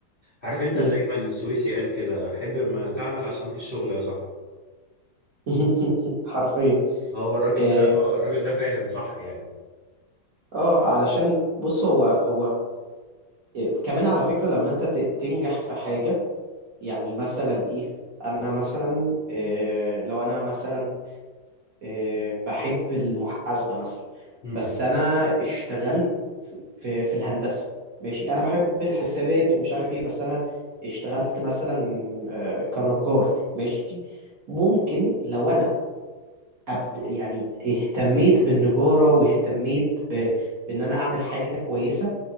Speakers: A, on the left; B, on the right.
A: عارف انت
B: امم
A: زي ما السويسي قال كده حب ما تعمل عشان ما فيش شغل يا صاحبي
B: <laughs> حرفيا
A: هو الراجل
B: اه
A: ده اه الراجل ده فاهم صح يعني
B: آه، علشان بص هو هو إيه، كمان على فكرة لما انت ت- تنجح في حاجة يعني مثلا ايه انا مثلا إيه لو انا مثلا إيه بحب المحاسبة مثلا
A: امم
B: بس انا اشتغلت في في الهندسة ماشي انا بحب الحسابات ومش عارف ايه بس انا اشتغلت مثلا آه، كنجار ماشي ممكن لو انا أبد يعني اهتميت بالنجارة واهتميت ب... بان انا اعمل حاجة كويسة